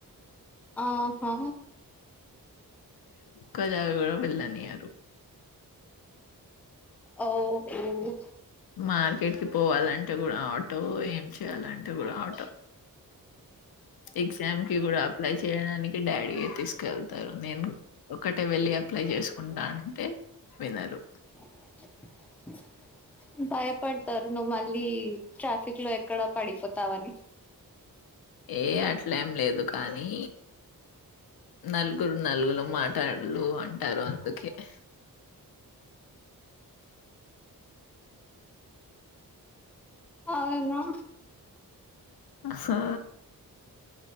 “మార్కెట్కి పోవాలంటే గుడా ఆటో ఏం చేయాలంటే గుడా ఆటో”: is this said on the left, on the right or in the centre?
Left